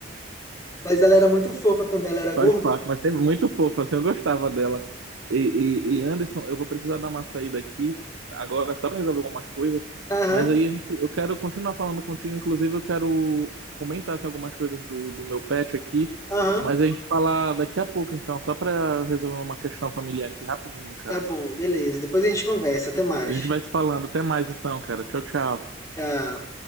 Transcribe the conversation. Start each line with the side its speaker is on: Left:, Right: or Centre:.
Left: Mas ela era muito fofa também, ela era gordo.
Right: Faz parte, mas sempre muito fofa, assim, eu gostava dela. E, e, e, Anderson, eu vou precisar dar uma saída aqui agora só para resolver algumas coisas,
Left: Aham.
Right: mas aí a gente, eu quero continuar falando contigo, inclusive eu quero comentar assim, algumas coisas do, do meu pet aqui,
Left: Aham,
Right: mas a gente falar daqui a pouco então, só para resolver uma questão familiar aqui rapidinho, cara.
Left: tá bom, beleza. Depois a gente conversa. Até mais.
Right: A gente vai se falando, até mais então, cara. Tchau, tchau.
Left: Tchau.